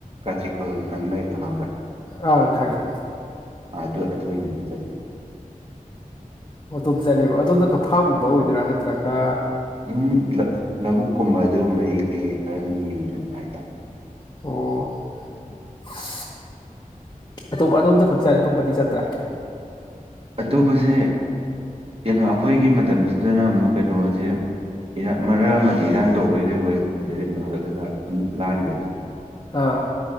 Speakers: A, on the right; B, on the left.
A: ꯀꯥꯆꯤ ꯈꯨꯨꯜꯅ ꯑꯃ ꯂꯩꯕꯗꯣ ꯈꯪꯕ꯭ꯔ
B: ꯑꯥ ꯈꯪꯉꯦ
A: ꯑ ꯑꯗꯨ ꯑꯗꯨꯏꯗꯨꯗ ꯆꯠꯈꯤ
B: ꯑꯣ ꯑꯗꯣꯝ ꯆꯠꯂꯦꯕ ꯑꯗꯣꯝꯗꯀꯥ ꯐꯥ꯭ꯔꯝꯒꯨꯝꯕ ꯑꯣꯏꯗꯣꯏꯔꯥ ꯅꯠꯇ꯭ꯔꯒ
A: ꯎꯝ ꯂ ꯂꯧꯕꯨꯛꯀꯨꯝꯕ ꯑꯗꯨꯒꯨꯝꯕꯩ ꯀꯩꯀꯩ ꯈꯔ ꯑꯗꯨꯝ ꯌꯦꯡꯖꯟꯕ ꯍꯥꯏꯇꯥꯏ
B: ꯑꯣ <unintelligible> ꯑꯇꯣꯞꯄ ꯑꯗꯣꯝꯗ ꯈꯛ ꯆꯠꯂꯦ ꯑꯇꯣꯞꯄꯗꯤ ꯆꯠꯇ꯭ꯔꯦ
A: ꯑꯇꯣꯞꯄꯁꯦ ꯀꯩꯅꯣ ꯑꯩꯈꯣꯏꯒꯤ ꯃꯇꯝꯖꯤꯗꯅ ꯑꯃꯨꯛ ꯀꯩꯅꯣꯖ‌ꯦ ꯏꯔꯥ ꯃꯔꯛ ꯑꯃꯗꯤ ꯏꯔꯥꯡ ꯇꯧꯕꯩ ꯀꯩꯕꯣꯏ <unintelligible> ꯑꯗꯨꯝ ꯂꯥꯟꯒ꯭ꯔꯦ
B: ꯑꯥ